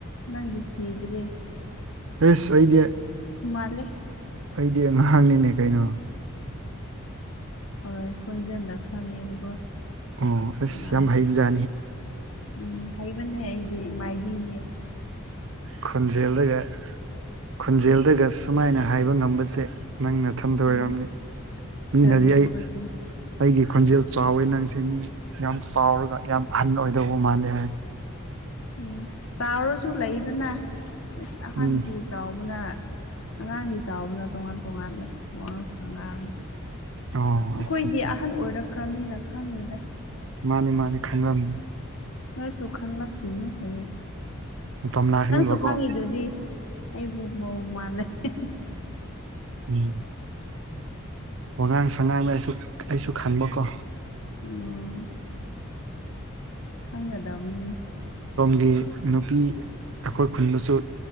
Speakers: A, on the left; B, on the right.
A: ꯅꯪꯗꯤ ꯊꯤꯗ꯭ꯔꯦ꯫
B: ꯑꯁ ꯑꯩꯗꯤ
A: <unintelligible>
B: ꯑꯩꯗꯤ ꯑꯉꯥꯡꯅꯤꯅꯦ ꯀꯩꯅꯣ꯫
A: ꯍꯣꯏ ꯈꯣꯟꯖꯦꯜꯗ ꯈꯪꯉꯦꯕꯀꯣ꯫
B: ꯑꯣ ꯑꯁ
A: ꯑꯥ
B: ꯌꯥꯝ ꯍꯩꯕ
A: ꯎꯝ ꯍꯩꯕꯅꯦ ꯑꯩꯗꯤ ꯃꯥꯏꯕꯤꯅꯦ꯫
B: ꯈꯟꯖꯦꯜꯗꯒ ꯈꯟꯖꯦꯜꯗꯒ ꯁꯨꯃꯥꯏꯅ ꯍꯥꯏꯕ ꯉꯝꯕꯁꯦ꯫ ꯅꯪ ꯅꯊꯟꯗ
A: ꯎꯝ
B: ꯑꯣꯏꯔꯝꯅꯤ ꯃꯤꯅꯗꯤ
A: ꯀꯔꯤ
B: ꯑꯩ
A: ꯈꯣꯟꯖꯦꯜ
B: ꯑꯩꯒꯤ ꯈꯣꯟꯖꯦꯜ ꯆꯥꯎꯋꯦ ꯅꯪꯁꯦ ꯃꯤ ꯌꯥꯝ ꯆꯥꯎꯔꯒ ꯌꯥꯝ ꯑꯍꯟ ꯑꯣꯏꯗꯧꯕ ꯃꯥꯜꯂꯦ ꯍꯥꯏ꯫
A: ꯎꯝ ꯆꯥꯎꯔꯁꯨ ꯂꯩꯗꯅ ꯏꯁ ꯑꯍꯥꯟꯕꯒꯤ
B: ꯎꯝ
A: ꯆꯥꯎꯕꯅ꯫ ꯑꯉꯥꯡꯒꯤ ꯆꯥꯎꯕꯅ ꯇꯣꯉꯥꯟ ꯇꯣꯉꯥꯟ ꯂꯩ ꯋꯥꯉꯥꯡ ꯁꯉꯥꯡ꯫
B: ꯑꯣ
A: ꯑꯩꯈꯣꯏꯗꯤ
B: ꯑꯠꯆꯥ ꯑꯠꯆꯥ
A: ꯑꯍꯟ ꯑꯣꯏꯔꯛꯈ꯭ꯔꯕꯅꯤꯅ ꯈꯪꯉꯤꯗ꯫
B: ꯃꯥꯅꯤ ꯃꯥꯅꯤ ꯈꯟꯔꯝꯅꯤ꯫
A: ꯅꯣꯏꯁꯨ ꯈꯪꯂꯛꯈꯤꯅꯤ ꯍꯌꯦꯡ
B: ꯃꯇꯝ ꯂꯥꯛꯀꯅꯤꯕꯀꯣ
A: ꯅꯪꯁꯨ ꯈꯪꯉꯤꯗꯨꯗꯤ꯫ ꯑꯩꯕꯨ ꯃꯣ ꯃꯥ ꯂꯩꯦ꯫
B: ꯎꯝ ꯋꯥꯉꯥꯡ ꯁꯉꯥꯡꯗ ꯑꯩꯁꯨ ꯑꯩꯁꯨ ꯈꯪꯕꯀꯣ꯫
A: ꯎꯝ꯫ ꯈꯪꯒꯗꯧꯅꯤ꯫
B: ꯑꯩꯒꯤ ꯅꯨꯄꯤ ꯑꯩꯈꯣꯏ ꯈꯨꯟꯗꯁꯨ